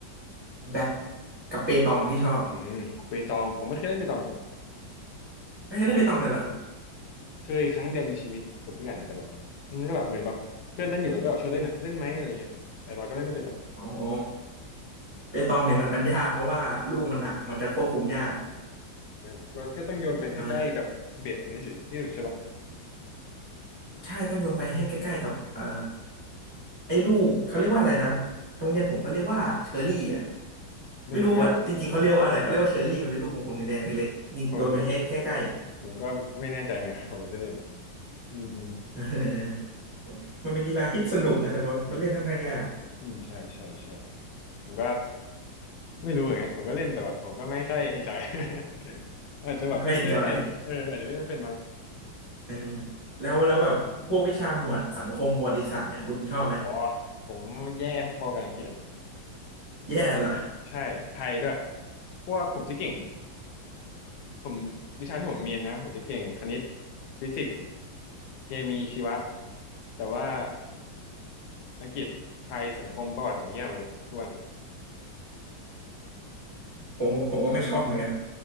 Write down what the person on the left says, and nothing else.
อืมเปตองผมไม่เคยเล่นเปตองเลย
เคยครั้งเดียวในชีวิตกับเพื่อนแต่แบบมันก็แบบเหมือนแบบเพื่อนเล่นอยู่แล้วก็แบบชวนเล่นอ่ะเล่นไหมอะไรเงี้ยแต่เราก็เล่นไม่เป็นหรอก
เออเราแค่ต้องโยนไปให้ใกล้กับเบสมันที่สุดที่สุดใช่ปะ
ไม่ผมไม่
ผมผมก็ไม่แน่ใจเหมือนกันผมไม่ได้เล่นอืมอืม
อืมใช่ใช่ใช่ผมก็ ไม่รู้เหมือนกันผมก็เล่นแต่แบบผมก็ไม่ค่อยเอ <laughs> นจอย <laughs> อาจจะแบบเล่นไม่เป็นเอออาจจะเล่นไม่เป็นมั้ง
อ๋อผมแย่พอกับอังกฤษอ่ะ
ใช่ไทยด้วยพวกผมจะเก่งผมวิชาที่ผมเรียนนะผมจะเก่งคณิตฟิสิกส์เคมีชีวะแต่ว่าอังกฤษไทยสังคมประวัติผมแย่หมดเลยทุกวัน